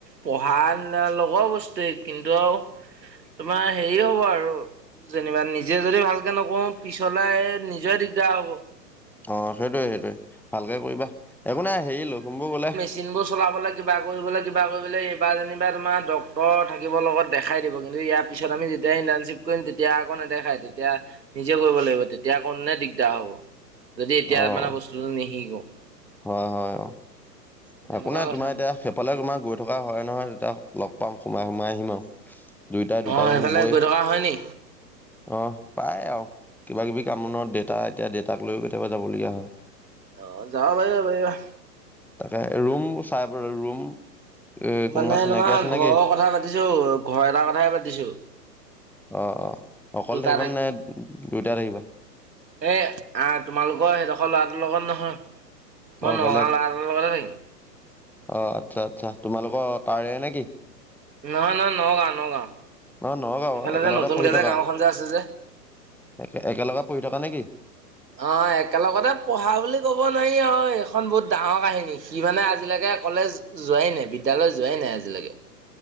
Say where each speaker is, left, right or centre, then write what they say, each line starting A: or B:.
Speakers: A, on the right; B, in the centre.
A: পঢ়াৰ লগৰ বস্তুৱেই কিন্তু আৰু তোমাৰ হেৰি হ'ব আৰু যেনিবা নিজে যদি ভালকে নকৰোঁ পিছলাই নিজৰে দিগদাৰ হ'ব।
B: অ' সেইটোয়ে সেইটোয়ে, ভালকে কৰিবা। একো নাই হেৰি লখিমপুৰ গ'লে
A: চিনবোৰ চলাবলৈ কিবা কৰিবলৈ কিবা কৰিবলৈ এইবাৰ যেনিবা তোমাৰ ডক্তৰ থাকিবৰ লগত দেখাই দিব কিন্তু ইয়াত পিছত আমি যেতিয়া ইণ্টাৰ্ণ্বপ কৰিম, তেতিয়া আক নেদেখায় তেতিয়া। নিজে কৰিব লাগিব তেতিয়া আক দিগদাৰ হব, যদি এতিয়া
B: অ',
A: মানে বস্তুটো নিশিকোঁ।
B: হয় হয় অ।
A: সেই তেনেকুৱা
B: একো নাই
A: কথা
B: তোমাৰ এতিয়া সেইফালে তোমাৰ গৈ থকা হয় নহয়, তেতিয়া লগ পাম সোমাই সোমাই আহিম আৰু। দুইটাই দুটা
A: অ
B: ৰুম
A: এইফালে
B: হবই,
A: গৈ থকা হয় নি
B: অ পাই আৰু। কিবা কিবি কাম বনত দেতা এতিয়া দেউতাক লৈ কেতিয়াবা যাবলগীয়া হয়।
A: অ যাব পাৰিবা, পাৰিবা।
B: তাকে ৰুম চাই পেল ৰুম এ কোনোবা
A: মানে
B: চিনাকি
A: তোমাৰ
B: আছে নেকি
A: ঘৰৰ কথা পাতিছো, ঘৰ এটাৰ কথাই পাতিছো।
B: অ অ অকলে
A: দুটা
B: থাকিবা নে দুইটাই থাকিবা।
A: এ আ তোমালোকৰ সেইডখৰ ল'ৰাটোৰ লগত নহয়, মই
B: অ
A: নগাঁও
B: বেলেগ
A: ল'ৰা এটা লগতে থাকিল।
B: অ আচ্ছা আচ্ছা তোমালোকৰ তাৰে নে কি?
A: নহয়, নহয়, নগাঁও, নগাঁও।
B: অ নগাঁও
A: এইফালে
B: একেলগতে
A: যে নতুনকে
B: পঢ়ি
A: যে
B: থকা,
A: গাঁওখন যে আছে যে
B: একে একেলগে পঢ়ি থকা নে কি?
A: অ একেলগতে পঢ়া বুলি ক'ব নোৱাৰি আও, এইখন বহুত ডাঙৰ কাহিনী। সি মানে আজিলেকে কলেজ যোৱাই নাই, বিদ্যালয় যোৱাই নাই আজিলেকে।